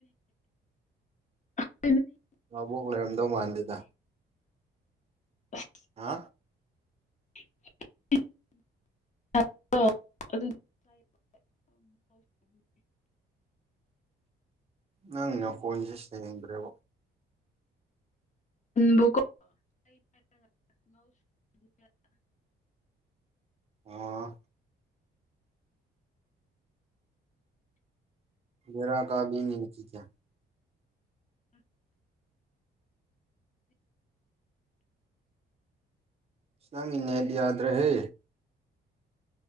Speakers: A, on the left; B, on the right.
A: ꯎ
B: ꯂꯕꯣꯛ ꯂꯩꯔꯝꯗꯧ ꯃꯥꯟꯗꯦꯗ
A: ꯐ
B: ꯍꯥ
A: ꯎꯝ ꯑ ꯑꯗꯨ
B: ꯅꯪꯅ ꯀꯣꯟꯁꯦ ꯁꯦꯡꯗ꯭ꯔꯦꯕ
A: ꯕꯀꯣ
B: ꯑꯣ ꯦꯔꯥ ꯀꯥꯕꯤꯅꯤ ꯆꯤꯖꯌꯥ ꯁꯅꯪ ꯏ ꯅꯠ ꯌꯥꯗ ꯔꯦ